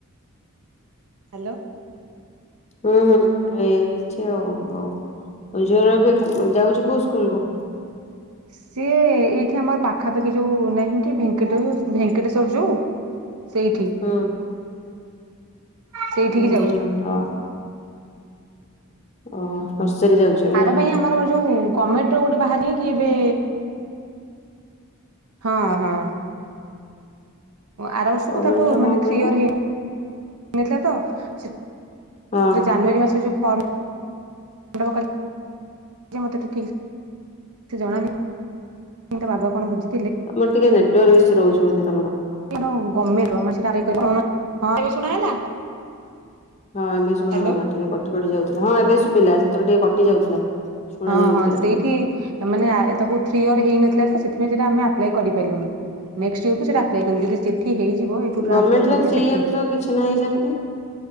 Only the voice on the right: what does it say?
ହ୍ୟାଲୋ!
ସିଏ ଏଇଠି ଆମର ପାଖାପାଖି ଯୋଉ ନାହିଁ କି, ଭେଙ୍କେ ଭେଙ୍କଟେଶ୍ଵର ଯୋଉ ସେଇଠି?
ସେଇଠିକି
ଯାଉଛି
ଆର
ପାଇଁ ଆମର ଯୋଉ ଗମେଟ୍ ର ଗୋଟେ ବାହାରି ନେହିଁ କି ଏବେ? ହଁ ହଁ। ଆର ବର୍ଷକୁ
ତାକୁ
ମାନେ
ଥ୍ରୀ ଇୟର ହେଇ ମିଲିଥିଲା ତ ସେ
ଜାନୁଆରୀ ମାସରେ ଯୋଉ ଫମ୍ ଟା ପକା ମତେ <unintelligible> ସେ ଜଣାନି ତା ବାବା କଣ ବୁଝି
<unintelligible> ଏବେ ଶୁଣା ହେଲା?
ହ୍ୟାଲୋ
ହଁ
ହଁ ସେଇଠି
ମାନେ ଆ ତାକୁ ଥ୍ରି ଇୟର ହେଇନଥିଲା ତ ସେଥିପାଇଁ ସେଟା ଆମେ ଆପ୍ଲାଏ କରି ପାଇଲୁନି ନେକ୍ସଟ୍ ଇୟରକୁ ସେଟା ଆପ୍ଲାଏ କରିବୁ ଯଦି ସେଠି ହେଇଯିବ ଏଠୁ
ଟ୍ରାନସ୍ପର୍
କରିକି
ସେଠିକି